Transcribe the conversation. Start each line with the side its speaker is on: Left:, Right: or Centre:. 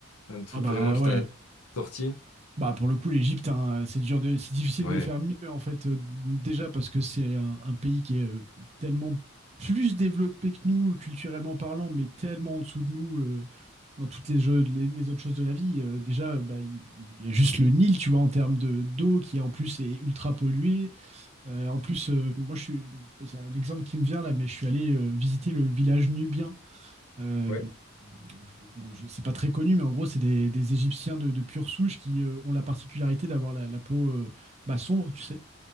Left: un truc
Right: Ah bah
Left: vraiment qui
Right: ouais.
Left: t'a sorti?
Right: Bah pour le coup, l'Égypte, hein, c'est dur de, c'est difficile
Left: Ouais.
Right: de faire mieux en fait. euh, déjà parce que c'est un, un pays qui est euh, tellement plus développé que nous culturellement parlant, mais tellement en dessous de nous euh, dans toutes les, jeux- les, les autres choses de la vie. Euh, déjà, bah, il il y, a juste le Nil, tu vois, en termes de d'eau qui en plus est ultra polluée. Euh, en plus, euh, moi je suis, c'est un exemple qui me vient là, mais je suis allé euh, visiter le village nubien. Euh,
Left: Ouais.
Right: je- bon, je- c'est pas très connu, mais en gros, c'est des, des Égyptiens de, de pure souche qui euh, ont la particularité d'avoir la, la peau euh, bah, sombre, tu sais.